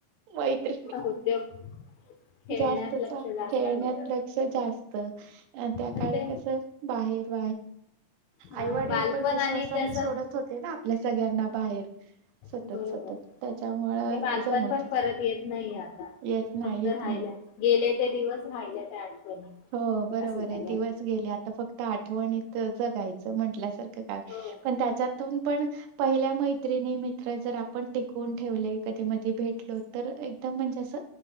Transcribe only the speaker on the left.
उद्योग खेळण्यात
लक्ष जास्त
होत
पण
ते
हा
बालपण
आणि त्याच
बरोबर
ते बालपण
पण
परत येत नाही आता
फक्त
राहिल्या
गेले ते दिवस राहिल्या त्या आठवणी
असं झालं
हो